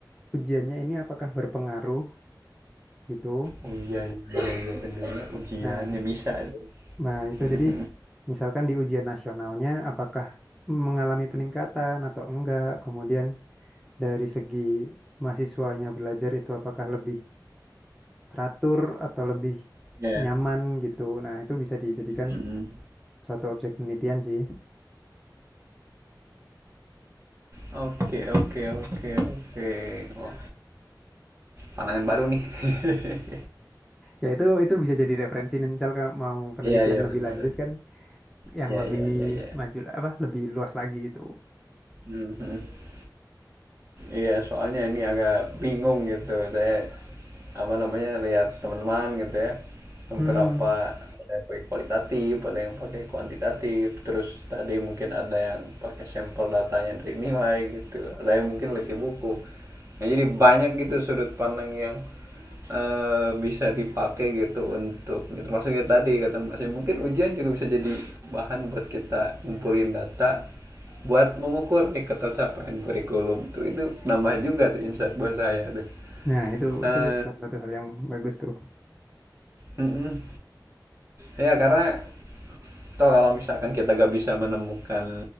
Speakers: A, in the centre; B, on the right.
A: ujiannya ini apakah berpengaruh gitu?
B: Oh iya, iya, iya iya, bener ya. Ujiannya
A: Nah,
B: bisa. <laughs>
A: Nah, itu
B: Mhm.
A: jadi misalkan di ujian nasionalnya apakah mengalami peningkatan atau enggak, kemudian dari segi mahasiswanya belajar itu apakah lebih teratur atau lebih
B: Ya.
A: nyaman gitu. Nah, itu bisa dijadikan
B: hmm.
A: suatu objek penelitian sih.
B: Oke, oke, oke, oke. Wah, pandangan baru nih. <laughs>
A: Ya itu itu bisa jadi referensi nih, misal kalau mau penelitian
B: Iya iya
A: lebih
B: benar.
A: lanjut kan yang
B: Iya
A: lebih
B: iya iya iya.
A: maju apa lebih luas lagi itu.
B: Mhm. Iya, soalnya ini agak bingung gitu. Saya apa namanya lihat teman-teman gitu ya, beberapa
A: Hmm.
B: ada yang pakai kualitatif, ada yang pakai kuantitatif. Terus tadi mungkin ada yang pakai sampel datanya dari nilai gitu, ada yang mungkin lebih buku. Nah, jadi banyak gitu sudut pandang yang eh, bisa dipakai gitu untuk termasuk kayak tadi kata Mas mungkin ujian juga bisa jadi bahan buat kita ngumpulin data buat mengukur nih ketercapaian kurikulum tuh itu nambah juga tuh insight buat saya tuh.
A: Nah, itu
B: Eee,
A: itu salah satu hal yang bagus tuh.
B: mhm. Ya karena toh kalau misalkan kita gak bisa menemukan